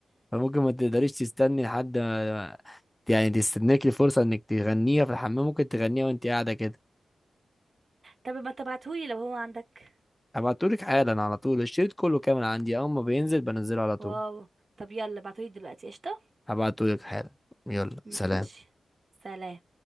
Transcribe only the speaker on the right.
طب ما تبعتهولي لو هو عندك
واو طب يلا ابعتهولي دلوقتي قشطه
ماشي
سلام